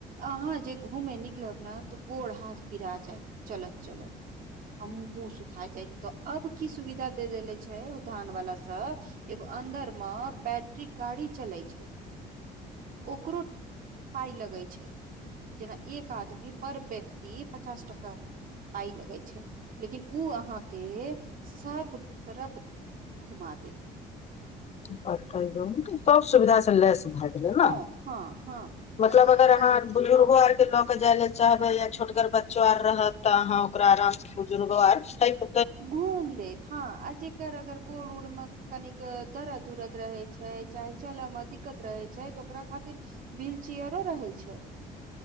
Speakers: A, on the right; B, on the left.
A: अहाँ जे घूमे निकलब ने त गोढ़ हा पिराज चलत चलत आ मुँहों सुखा जाय तऽ अब की सुविधा दे देेले छै ओ धान वाला सब एगो अन्दर मे बैट्ररी गाड़ी चले छै ओकरो पाय लगै छै जेना एक आदमी पर व्यक्त पचास टका पाय लगे छै लेकिन उ अहाँ के सब तरफ घुमा दे
B: <unintelligible> सब सुविधा सु लै हरिजन
A: हँ हँ हँ
B: मतलव
A: आ जे
B: अहा
A: अगर
B: <unintelligible> बुजुर्गो आर के लऽ के जाय ले चाहबै या छोटगर बच्चो आर रहत तऽ अहाँ ओकरा आराम बुजुर्गों आर छैक
A: घूम ले हँ आ जेर अगर गोड़ उड़म कनिक दरद उरद रहे छै चाहे चलय मे दिक्कत रहे छै तऽ ओकरा खातिर व्हील चेयरो रहै छै